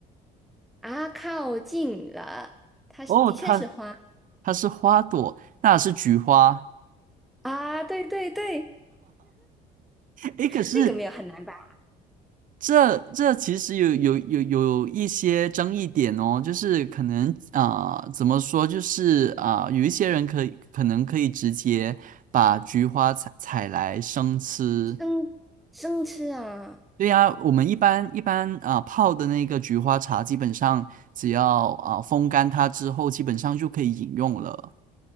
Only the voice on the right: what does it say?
哦，它它是花朵，那是菊花。
诶，可是
这这其实有有有有一些争议点哦，就是可能啊、呃怎么说，就是啊、呃有一些人可以可能可以直接把菊花采采来生吃，
对呀，我们一般一般啊、泡的那个菊花茶，基本上只要啊、风干它之后，基本上就可以饮用了。